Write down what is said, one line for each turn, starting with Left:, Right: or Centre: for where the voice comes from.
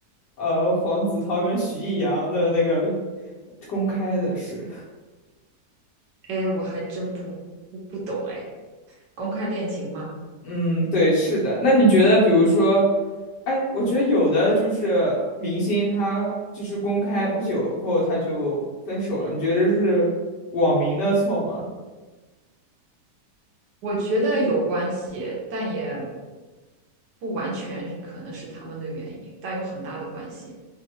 Left: 呃黄子韬跟徐艺洋的那个公开的事？
Right: 哎，我还真不不不懂哎，公开恋情吗？
Left: 嗯，对，是的。那你觉得，比如说，哎，我觉得有的就是明星，他就是公开不久后他就分手了，你觉得是网民的错吗？
Right: 我觉得有关系，但也不完全可能是他们的原因，但有很大的关系。